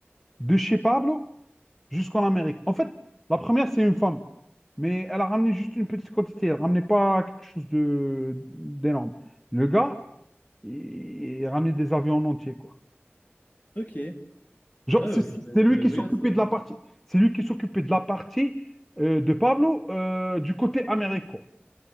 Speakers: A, in the centre; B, on the left.
A: de chez Pablo jusqu'en Amérique. En fait, la première, c'est une femme. Mais elle a ramené juste une petite quantité. Elle ramenait pas quelque chose de d'énorme. Le gars, il, il ramenait des avions en entier, quoi.
B: Ok.
A: Genre,
B: Ah,
A: c'est
B: bah,
A: c'est
B: faudrait,
A: lui
B: faudrait
A: qui
B: que
A: s'occupait
B: je regarde. c'est-
A: de la partie. C'est lui qui s'occupait de la partie euh, de Pablo euh, du côté Amérique, quoi.